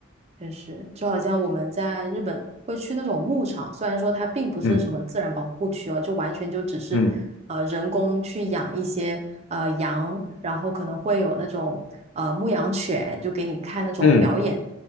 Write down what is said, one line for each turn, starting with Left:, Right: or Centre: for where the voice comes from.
Right: 确实，就好像我们在日本会去那种牧场，虽然说它并不是什么自然保护区哦，
Left: 嗯
Right: 就完全就只是呃人工去养一些呃羊，
Left: 嗯
Right: 然后可能会有那种呃牧羊犬，就给你看那种表演，
Left: 嗯